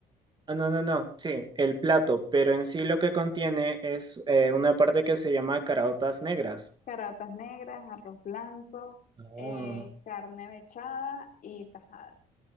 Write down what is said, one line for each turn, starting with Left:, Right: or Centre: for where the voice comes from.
Right: Ah, No, no, no, sí, el plato, pero en sí lo que contiene es eh, una parte que se llama caraotas negras.
Left: Caratas negras, arroz blanco,
Right: Ah.
Left: eh, carne mechada y tajada.